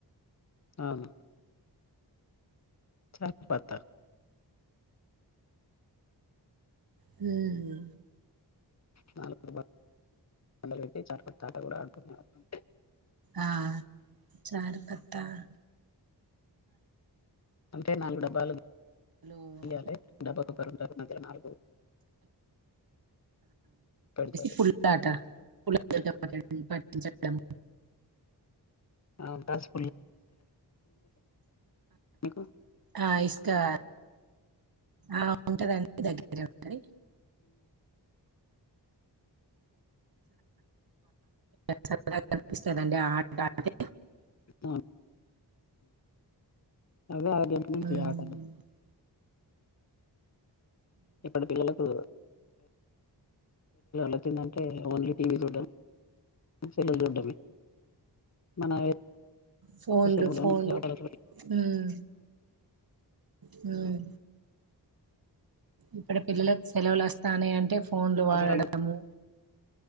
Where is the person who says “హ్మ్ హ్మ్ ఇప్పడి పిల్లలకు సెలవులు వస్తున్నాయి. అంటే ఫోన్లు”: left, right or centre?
Right